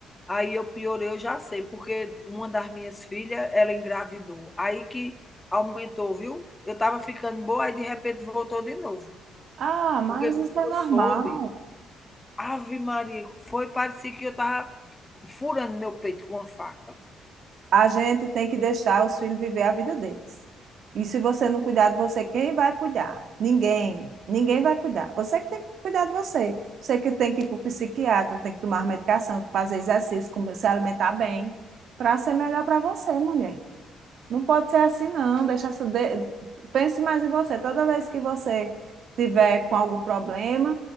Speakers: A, on the left (about 15°); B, on the right (about 65°).
A: Aí eu piorei, eu já sei, porque uma das minhas filhas, ela engravidou, aí que aumentou, viu. Eu estava ficando boa, aí de repente voltou de novo,
B: Ah, mas
A: porque quando
B: isso é
A: eu
B: normal.
A: soube, ave Maria, foi parecia que eu estava furando meu peito com uma faca.
B: a gente tem que deixar os filhos viver a vida deles. E se você não cuidar de você, quem vai cuidar? Ninguém. Ninguém vai cuidar. Você que tem que cuidar de você. Você que tem que ir para o psiquiatra, tem que tomar medicação, fazer exercício, se alimentar bem, para ser melhor para você, mulher. Não pode ser assim, não. Deixa, essa- de- pense mais em você. Toda vez que você tiver com algum problema,